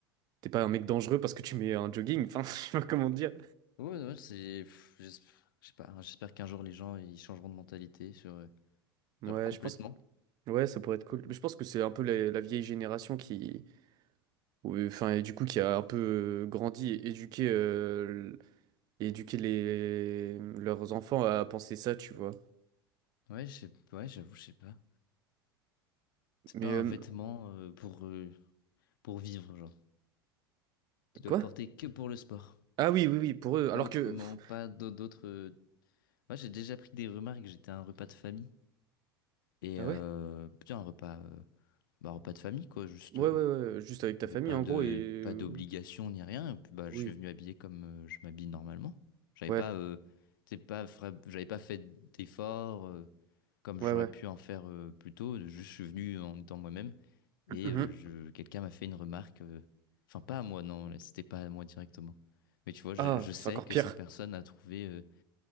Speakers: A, on the right; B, on the left.
A: t'es pas un mec dangereux parce que tu mets un jogging. Enfin, <laughs> je sais pas comment dire.
B: Ouais, ouais, c'est, pff, j'es- je sais pas, hein, j'espère qu'un jour les gens ils changeront de mentalité sur, euh,
A: Ouais,
B: genre complètement.
A: je pense. Ouais, ça pourrait être cool. Mais je pense que c'est un peu la, la vieille génération qui. ouais, Enfin, et du coup, qui a un peu euh, grandi et éduqué, euh, l- et éduqué les, leurs enfants à penser ça, tu vois.
B: Ouais, je sais, ouais, j'avoue, je sais pas. C'est
A: Mais
B: pas un
A: euh,
B: vêtement euh, pour, euh, pour vivre, genre. Tu dois
A: quoi?
B: le porter que pour le sport.
A: Ah oui, oui, oui, pour eux. Alors
B: Pas autrement,
A: que. pff,
B: pas d'au- d'autres. euh, Moi, j'ai déjà pris des remarques. J'étais à un repas de famille. Et
A: ah
B: euh,
A: ouais?
B: putain, un repas, euh, bah, un repas de famille, quoi. Juste,
A: Ouais,
B: euh,
A: ouais, ouais, ouais, juste avec ta
B: il n'y avait
A: famille
B: pas
A: en
B: de,
A: gros et. euh,
B: pas d'obligation ni rien. Et puis, bah, je
A: Oui.
B: suis venu habillé comme euh, je m'habille normalement. J'avais
A: Ouais,
B: pas, euh, t'sais, pas, fra- j'avais pas fait d'efforts. euh. comme
A: ouais,
B: j'aurais
A: ouais.
B: pu en faire euh, plus tôt. Je suis venu en étant moi-même et
A: Mhm.
B: euh, je, quelqu'un m'a fait une remarque. euh, Enfin, pas à moi, non, là, c'était pas à moi directement. Mais tu vois, je,
A: Ah,
B: je sais
A: c'est encore
B: que
A: pire.
B: cette personne a trouvé. euh,